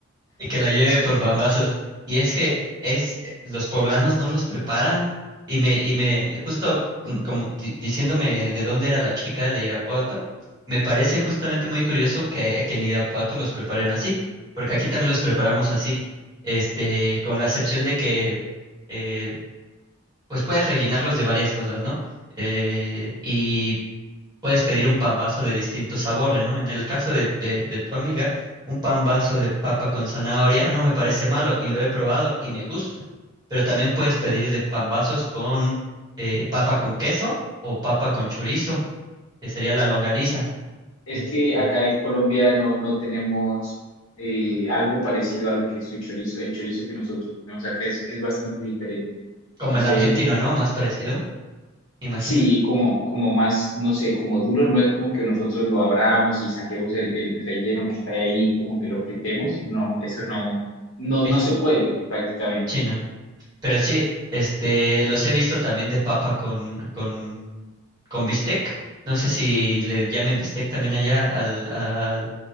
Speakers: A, on the right; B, on the left.
A: Y que la lleve por famosas. Y es que es, eh, los poblanos no los preparan. Y me, y me, justo mm, como di- diciéndome de dónde era la chica de Irapuato, me parece justamente muy curioso que, que en Irapuato los preparen así, porque aquí también los preparamos así. Este, con la excepción de que eh, pues puedes rellenarlos de varias cosas, ¿no? Eh, y puedes pedir un pan vaso de distinto sabor, ¿no? En el caso de, de, de tu amiga, un pan vaso de papa con zanahoria no me parece malo y lo he probado y me gusta. Pero también puedes pedir de pan vasos con eh, papa con queso o papa con chorizo, que sería la longaniza,
B: Es
A: este,
B: que acá en Colombia no, no tenemos eh, algo parecido a lo que es su chorizo. El chorizo que nosotros tenemos acá es, es bastante diferente.
A: como
B: Entonces,
A: el argentino, ¿no? Más parecido, me imagino.
B: Sí, como, como más, no sé, como duro, no es como que nosotros lo abramos y saquemos el, el relleno que trae ahí, como que lo fritemos, no, eso no, no,
A: Sí,
B: no
A: sí,
B: se puede prácticamente.
A: chino. Pero sí, este, los he visto también de papa con, con, con bistec. No sé si le llamen bistec también allá al, al